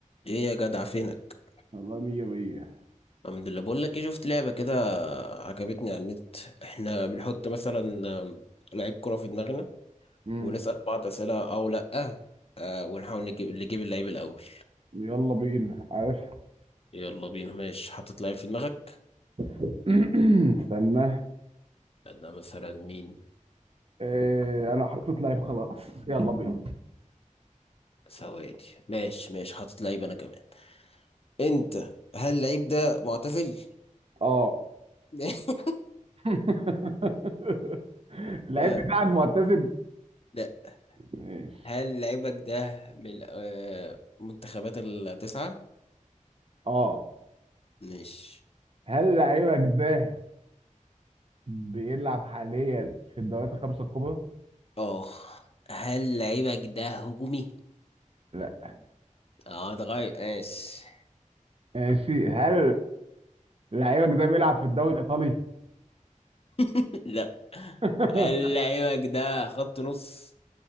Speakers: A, on the left; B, on the right.
A: ايه يا جدع فينك
B: والله مية مية
A: الحمد لله بقول لك ايه شفت لعبه كده عجبتني على النت احنا بنحط مثلا آم، لعيب كره في دماغنا
B: مم.
A: ونسال بعض اسئله او لا آه ونحاول نجيب اللي يجيب اللعيب الاول
B: يلا بينا عارف
A: يلا بينا ماشي حاطط لعيب في دماغك
B: <clears throat> استنى
A: انا مثلا مين
B: إيه انا حطيت لعيب خلاص يلا بينا
A: ثواني ماشي ماشي حاطط لعيب انا كمان انت هل اللعيب ده معتزل
B: اه
A: <laughs>
B: <laughs> اللعيب
A: اه
B: بتاعك معتزل
A: لا
B: ماشي
A: هل لعيبك ده من ال- آه، منتخبات التسعه
B: اه
A: ماشي
B: هل لعيبك ده بيلعب حاليا في الدوريات الخمسة الكبرى؟
A: اه هل لعيبك ده هجومي؟
B: لا
A: اه ده غير ماشي
B: ماشي هل لعيبك ده بيلعب في الدوري الإيطالي؟
A: <laughs> لا
B: <laughs>
A: هل لعيبك ده خط نص؟